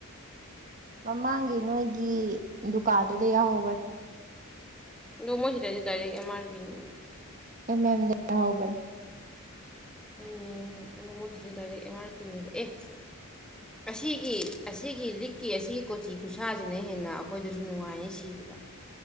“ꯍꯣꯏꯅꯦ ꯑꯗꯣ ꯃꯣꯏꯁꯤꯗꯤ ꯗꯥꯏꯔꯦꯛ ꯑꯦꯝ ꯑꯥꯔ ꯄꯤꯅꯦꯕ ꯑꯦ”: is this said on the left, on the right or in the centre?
Centre